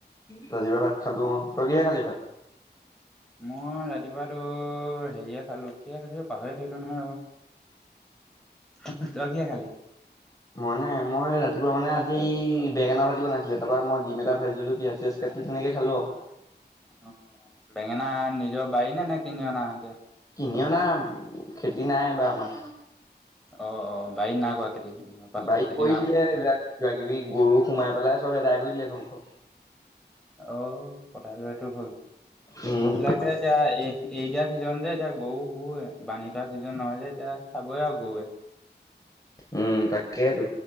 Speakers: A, on the left; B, in the centre.
A: ৰাতিপুৱা ভাত খালো অ' তই কিহেৰে খালি ভাত।
B: মই ৰাতিপুৱাটো হেৰিয়ে খালো কিহে খালো পাহৰিয়ে থাকিলো নহয় ৰ। তই কিহেৰে খালি।
A: মইনে মই ৰাতিপুৱা মানে আজি বেঙেনা ভাজি বনাইছিলে, তাপা মই ডিম এটা ভাজি ল'লোঁ, পিয়াঁজ চিয়াজ কাটি, তেনেকে খালোঁ আউ।
B: অ', বেঙেনা নিজৰ বাৰীৰ নে? নে কিনি অনা এতিয়া?
A: কিনি অনা, খেতি নাই এইবাৰ আমাৰ।
B: অ, অ। বাৰীত নাই কৰা খেতি? পাচলি
A: বাৰীত
B: খেতি
A: কৰিছিলে
B: নাই কৰা
A: এইবিলাক কিবা-কিবি, গৰু সোমাই পেলাই চব আদায় কৰি দিলে, ধ্বংস।
B: অ', কথাটো এটো হ'ল।
A: উম
B: গৰু বিলাকে এতিয়া এই এৰি দিয়া ছিজন যে, এতিয়া গউ, গউ এ বানহি থোৱা ছিজন নহয় যে এতিয়া খাবই আৰু গউৱে।
A: উম', তাকেতো।